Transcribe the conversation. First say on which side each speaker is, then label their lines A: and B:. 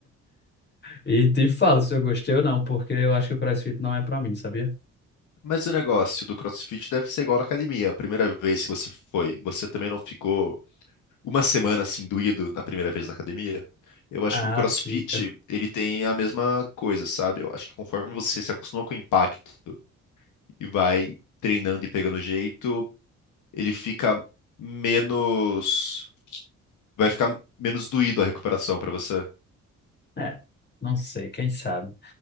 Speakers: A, on the left; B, on the left.
A: e te falo se eu gostei ou não, porque eu acho que o CrossFit não é pra mim, sabia?
B: Mas o negócio do CrossFit deve ser igual na academia. A primeira vez que você foi, você também não ficou uma semana assim doído na primeira vez na academia? Eu acho
A: Ah,
B: que o CrossFit,
A: fica.
B: ele tem a mesma coisa, sabe? Eu acho que conforme você se acostuma com o impacto e vai treinando e pegando jeito, ele fica menos Vai ficar menos doído a recuperação pra você.
A: É, não sei, quem sabe.